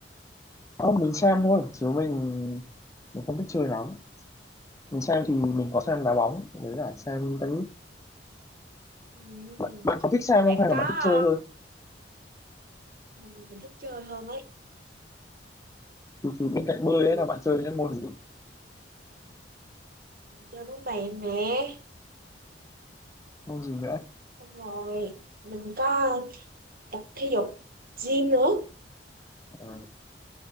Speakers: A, on the left; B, on the right.
A: không mình xem thôi chứ mình mình không thích chơi lắm mình xem thì
B: ừ.
A: mình có xem đá bóng với cả xem tennis
B: Ừ.
A: bạn, bạn có thích
B: Thế
A: xem
B: bạn
A: không hay là
B: có
A: bạn thích chơi
B: ờ,
A: thôi
B: mình, mình thích chơi hơn ấy
A: thì, thì bên cạnh bơi
B: ừ.
A: ấy là bạn chơi những môn gì
B: mình chơi bóng bàn nè
A: môn gì nữa
B: xong rồi mình có tập thể dục gym nữa
A: Ờ,